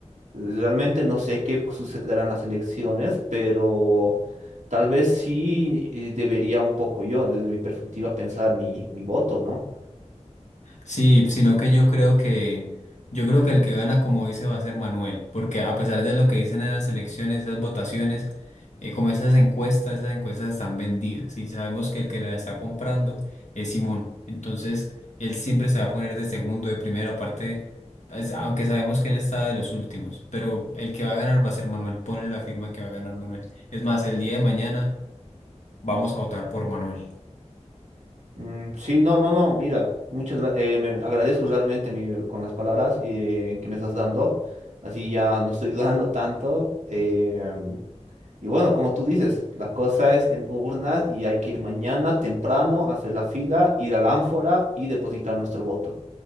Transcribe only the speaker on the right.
Realmente no sé qué sucederán las elecciones, pero tal vez sí eh, debería un poco yo, desde mi perspectiva, pensar mi, mi voto, ¿no?
Mm, sí, no, no, no, mira, muchas gra- eh, me agradezco realmente mi- con las palabras eh, que me estás dando, así ya no estoy <laughs> dudando tanto. em, y bueno, como tú dices, la cosa es en urnas y hay que ir mañana temprano, hacer la fila, ir a la ánfora y depositar nuestro voto.